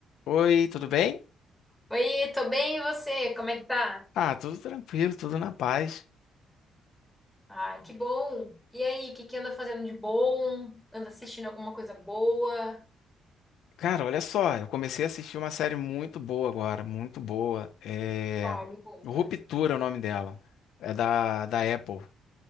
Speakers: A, on the left (about 80°); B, in the centre.
A: Oi, tudo bem?
B: Oi, tô bem, e você? Como é que tá?
A: Ah, tudo tranquilo, tudo na paz.
B: Ai, que bom! E aí, o que que anda fazendo de bom? Anda assistindo alguma coisa boa?
A: Cara, olha só, eu comecei a assistir uma série muito boa agora, muito boa. É...
B: Uau, me conta.
A: Ruptura é o nome dela. É da, da Apple.